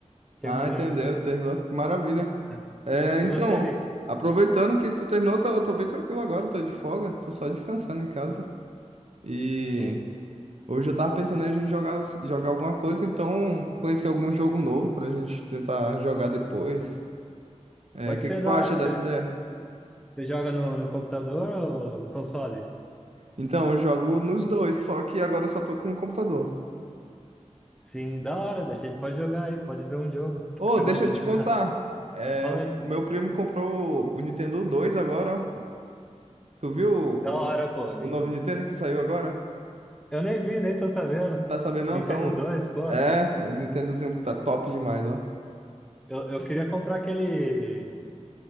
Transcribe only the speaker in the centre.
Terminei
aqui.
né?
E você aí?
Sim.
Pode
ser
da
hora, você,
você joga no, no computador ou console?
Sim, da hora, a gente pode jogar aí, pode ver um jogo. O que
que você
gosta
de jogar?
Fala
aí.
fala aí.
Da
hora,
pô. nem-
Eu nem vi, nem tô sabendo.
Nintendo
2,
pô.
Eu, eu queria comprar aquele,